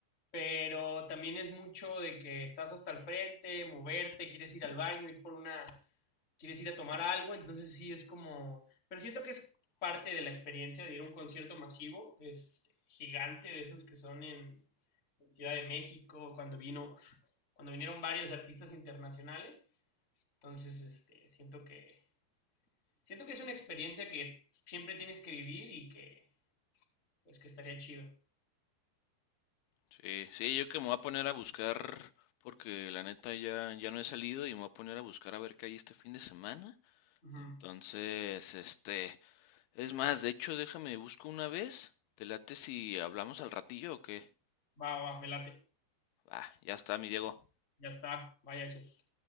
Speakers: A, on the left; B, on the left.
A: pero también es mucho de que estás hasta el frente, moverte, quieres ir al baño, ir por una quieres ir a tomar algo, entonces sí es como, pero siento que es parte de la experiencia de ir a un concierto masivo, este, gigante de esos que son en Ciudad de México, cuando vino, cuando vinieron varios artistas internacionales, entonces este, siento que, siento que es una experiencia que siempre tienes que vivir y que, pues que estaría chido.
B: sí, sí, yo que me voy a poner a buscar, porque la neta ya, ya no he salido y me voy a poner a buscar a ver qué hay este fin de semana.
A: Ujú.
B: Entonces, este, es más, de hecho, déjame busco una vez. ¿Te late si hablamos al ratillo o qué?
A: Va, va, me late.
B: Va, ya está, mi Diego.
A: Ya está. Vaya, che.